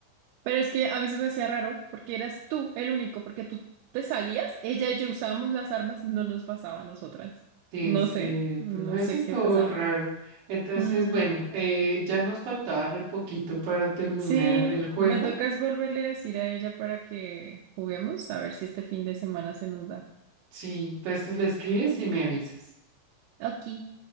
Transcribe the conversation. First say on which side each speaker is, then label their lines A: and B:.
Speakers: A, on the right; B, on the right.
A: Pero es que a mí se me hacía raro porque eras tú el único, porque tú te salías, ella y yo usábamos las armas, no nos pasaba a nosotras.
B: Sí,
A: No
B: cierto.
A: sé, no
B: Eso
A: sé
B: estuvo
A: qué pasaba.
B: raro. Entonces,
A: Mm,
B: bueno, eh, ya nos faltaba re poquito para terminar
A: sí,
B: el juego.
A: me tocas volverle a decir a ella para que juguemos, a ver si este fin de semana se nos da.
B: Sí, entonces le escribes y me avisas.
A: Ok.